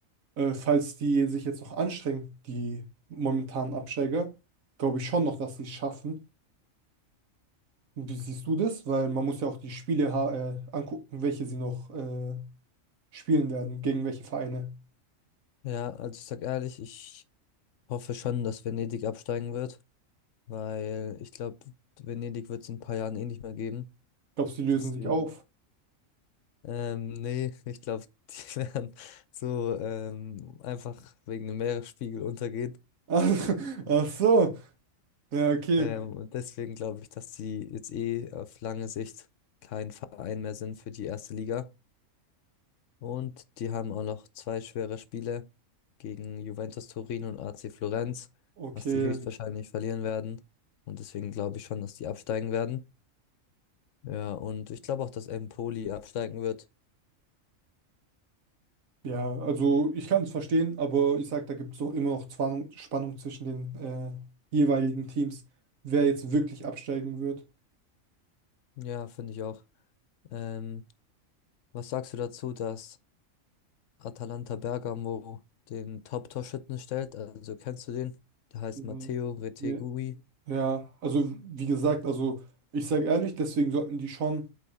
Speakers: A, on the right (about 80°); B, on the left (about 70°).
A: Äh, falls die sich jetzt noch anstrengen, die momentanen Absteiger, glaube ich schon noch, dass sie es schaffen. Und Wie siehst du das? Weil man muss ja auch die Spiele ha- äh, angucken, welche sie noch äh, spielen werden, gegen welche Vereine.
B: Ja, also ich sag ehrlich, ich hoffe schon, dass Venedig absteigen wird. weil ich glaube, Venedig wird es in ein paar Jahren eh nicht mehr geben.
A: Glaubst du, die lösen
B: Deswegen.
A: sich auf?
B: Ähm, nee, <laughs> ich glaube, die <laughs> werden so ähm, einfach wegen dem Meeresspiegel untergehen.
A: <laughs> Ach so. Ja, okay.
B: Ähm, und deswegen glaube ich, dass sie jetzt eh auf lange Sicht kein Verein mehr sind für die erste Liga. Und die haben auch noch zwei schwere Spiele gegen Juventus Turin und AC Florenz,
A: Okay.
B: was die höchstwahrscheinlich verlieren werden. Und deswegen glaube ich schon, dass die absteigen werden. Ja, und ich glaube auch, dass Empoli absteigen wird.
A: Ja, also ich kann es verstehen, aber ich sag, da gibt es doch immer noch Zwang, Spannung zwischen den äh, jeweiligen Teams, wer jetzt wirklich absteigen wird.
B: Ja, finde ich auch. Ähm, was sagst du dazu, dass Atalanta Bergamo den Top-Torschützen stellt? Also kennst du den? Der heißt
A: Mhm.
B: Matteo Retegui.
A: Ja, Ja, also wie gesagt, also ich sage ehrlich, deswegen sollten die schon,